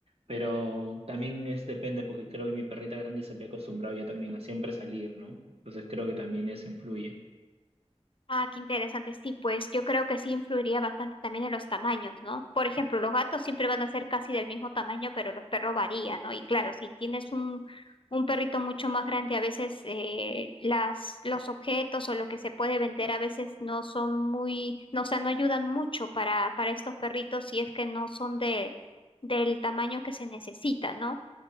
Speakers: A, on the right; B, on the left.
A: Pero también es depende, porque creo que mi perrita grande se había acostumbrado ya también a siempre salir, ¿no? Entonces creo que también eso influye.
B: Ah, qué interesante. Sí, pues yo creo que sí influiría bastante también en los tamaños, ¿no? Por ejemplo, los gatos siempre van a ser casi del mismo tamaño, pero los perros varían, ¿no? Y claro, si tienes un, un perrito mucho más grande, a veces eh, las, los objetos o lo que se puede vender a veces no son muy, no, o sea, no ayudan mucho para, para estos perritos si es que no son de, del tamaño que se necesita, ¿no?